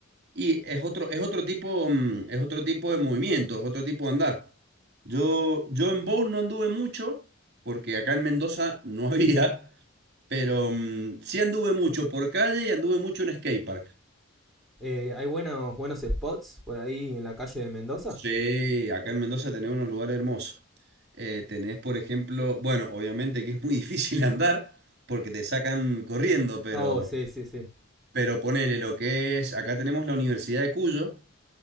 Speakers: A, on the right; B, in the centre.
A: Y es otro, es otro tipo, mm, es otro tipo de movimiento, es otro tipo de andar. Yo, yo en bowl no anduve mucho, porque acá en Mendoza <laughs> no había, pero mm, sí anduve mucho por calle y anduve mucho en skatepark.
B: Eh, hay buenos, buenos spots por ahí en la calle de Mendoza.
A: Sí, acá en Mendoza tenés unos lugares hermosos. Eh, tenés, por ejemplo, bueno, obviamente que es muy <laughs> difícil andar porque te sacan corriendo, pero,
B: Oh, sí, sí, sí.
A: pero ponele lo que es, acá tenemos la Universidad de Cuyo